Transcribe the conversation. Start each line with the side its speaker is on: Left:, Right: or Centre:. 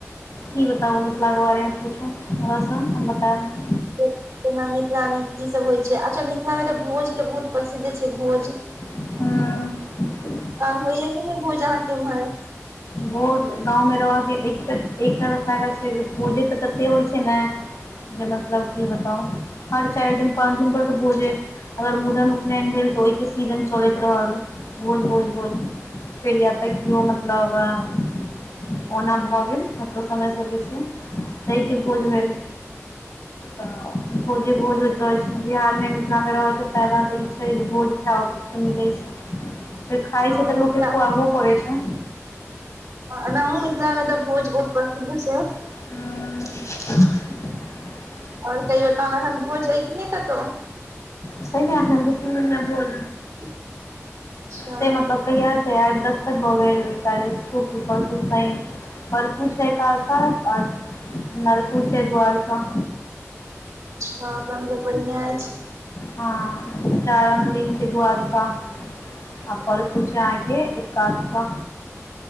Left: की बताबु मिथिला के बारे मे पूछू हम सब हम बतेब।
Right: <inaudible> जेना मिथिला मे की सब होइ छैय अच्छा मिथिलामे तऽ भोज के बहुत प्रसिद्ध छैय भोज।
Left: हूं
Right: आ होइय कि ने भोज अहाँके उम्हर?
Left: भोज गाँव में रहके एकटा एकटा त फायदा छैय जे भोजे त तते होइ छैय ने जे मतलब की बताउ हर चारि दिन पाँच दिन पर तऽ भोजे अगर मुरन उपनयन भेल तऽ ओहिके सीजन चलैत रहल। भोज भोज भोज फेर या त कियो मत मतलब ओना भ गेल मतलब समझ सकय छी। तयके भोज भेल तऽ भोजे भोज होए। रहै छैय बिहारमे मिथिलामे रहयके फायदा तऽ ई छैय जे भोज खाओके मिलै छैय। फेर खाय
Right: हँ
Left: छैय त
Right: मिथिला
Left: लोक के खुआबहो पड़े छैन।
Right: एनाही मिथिला मे तऽ भोज बहुत प्रसिद्ध छैय।
Left: हूं
Right: आओर कहियौ तहन भोज हय की नहि कतहु?
Left: छैय ने एखन दू तीन दिन में भोज।
Right: <inaudible>
Left: से
Right: अच्छा
Left: मतलब कहिया छैय आइ बृहस्पति भ गेल काल्हि शुक्र परसु शैन। परसू छैय एकादशा आओर नरसू छैय दुआरसा।
Right: हँ तहन तऽ बढ़िआ अछि।
Left: हँ चारम दिन छैय दुआदशा। आ परसु छैय आंहांके एकादशा